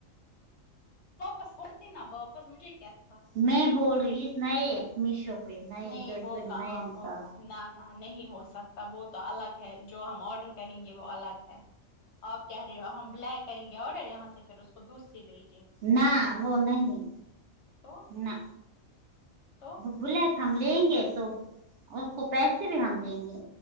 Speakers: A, on the left; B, on the right.
A: واپس ہوتی نا واپس مجھے کیا تھا
B: میں بول رہی نئے میشو پہ نئے
A: نہیں
B: جو
A: وہ
B: نے
A: کہاں
B: نیا نیکالا
A: ہو
B: کہا
A: نہ نہیں ہو سکتا وہ تو الگ ہے جو ہم آڈر کریں گے وہ الگ ہے آپ کہہ رہیے ہو ہم بلیک کریں گے آرڈر یہاں سے پھر اس کو دوسری بیٹ
B: نہ وہ نہیں
A: تو
B: نہ
A: تو
B: بلا کے ہم لیں گے تو اور اس کو پیسے بھی ہم دیں گے